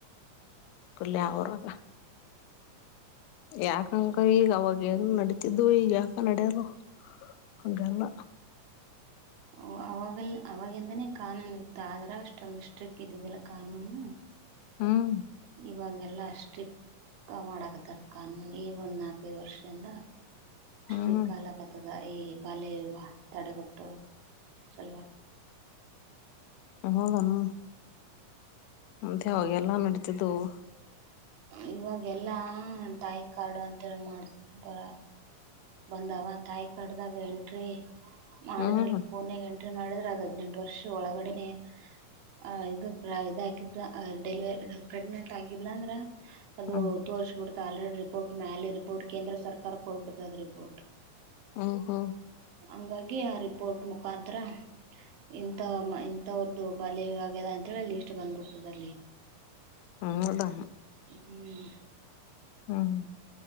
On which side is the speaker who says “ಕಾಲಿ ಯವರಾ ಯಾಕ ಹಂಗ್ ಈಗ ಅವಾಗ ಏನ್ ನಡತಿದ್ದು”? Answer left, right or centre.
Left